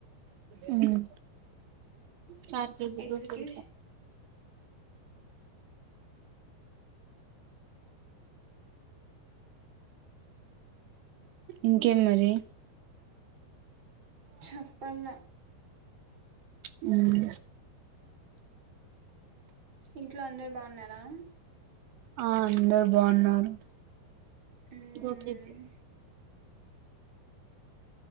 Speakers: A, on the right; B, on the right.
A: హ్ చార్ కేజీ
B: ఎగ్జిక్యూషన్
A: దొసౌ రూపయ ఇంకేం మరి
B: చప్పాల.
A: హ్మ్
B: ఇంట్లో అందరు బావున్న రం
A: ఆ అందరు బావున్నారు.
B: మ్మ్
A: ఓకే